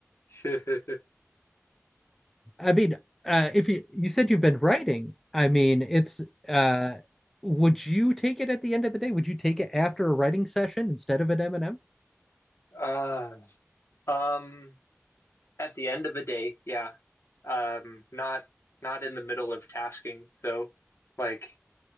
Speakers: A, on the left; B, in the centre.
A: <laughs>
B: I mean, uh, if you you said you've been writing, I mean, it's uh would you take it at the end of the day? Would you take it after a writing session instead of an M&M?
A: Uh, um, at the end of a day, yeah. Um, not not in the middle of tasking though. Like